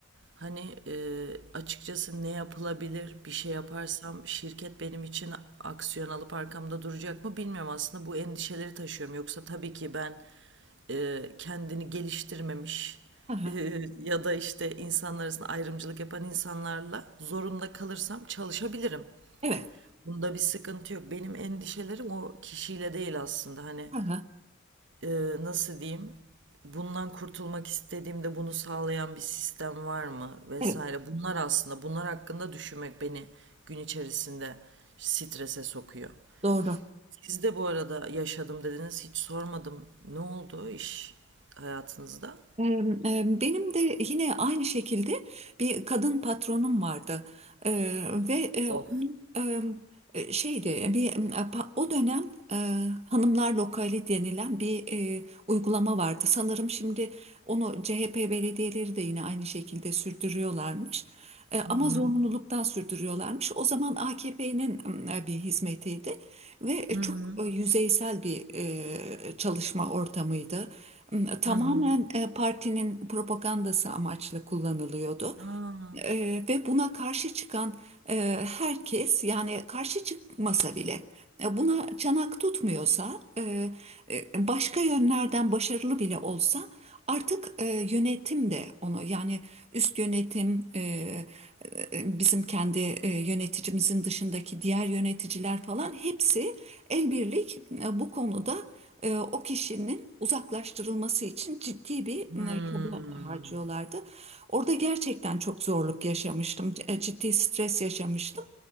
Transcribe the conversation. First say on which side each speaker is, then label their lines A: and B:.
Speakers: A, on the right; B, on the right.
A: Hani e, açıkçası ne yapılabilir? Bir şey yaparsam şirket benim için aksiyon alıp arkamda duracak mı bilmiyorum. Aslında bu endişeleri taşıyorum. Yoksa tabii ki ben e, kendini geliştirmemiş
B: Hı hı.
A: e, ya da işte insanlar arasında ayrımcılık yapan insanlarla zorunda kalırsam çalışabilirim.
B: Evet.
A: Bunda bir sıkıntı yok. Benim endişelerim o kişiyle değil aslında. Hani
B: Hı hı.
A: e, nasıl diyeyim bundan kurtulmak istediğimde bunu sağlayan bir sistem var mı vesaire
B: Evet,
A: bunlar aslında bunlar hakkında düşünmek beni gün içerisinde strese sokuyor.
B: doğru.
A: Siz de bu arada yaşadım dediniz hiç sormadım ne oldu iş hayatınızda?
B: Ee, e, Benim de yine aynı şekilde bir kadın patronum vardı Ee, ve e,
A: Of.
B: onun, e, şeydi bir e, o dönem e, hanımlar lokali denilen bir e, uygulama vardı. Sanırım şimdi Onu CHP belediyeleri de yine aynı şekilde sürdürüyorlarmış. E, Ama
A: Hı hı.
B: zorunluluktan sürdürüyorlarmış. O zaman AKP'nin e, bir hizmetiydi ve e,
A: Hı
B: çok
A: hı.
B: e, yüzeysel bir e, çalışma ortamıydı. M, Tamamen
A: Hı hı.
B: e, partinin propagandası amaçlı kullanılıyordu.
A: Aa.
B: Eee, ve buna karşı çıkan eee, herkes yani karşı çıkmasa bile e, buna çanak tutmuyorsa eee, e, başka yönlerden başarılı bile olsa artık e, yönetim de onu yani üst yönetim eee, e, e, bizim kendi e, yöneticimizin dışındaki diğer yöneticiler falan hepsi el birlik e, bu konuda e, o kişinin uzaklaştırılması için ciddi bir
A: Hmm.
B: e, çaba harcıyorlardı. Orada gerçekten çok zorluk yaşamıştım, e, ciddi stres yaşamıştım.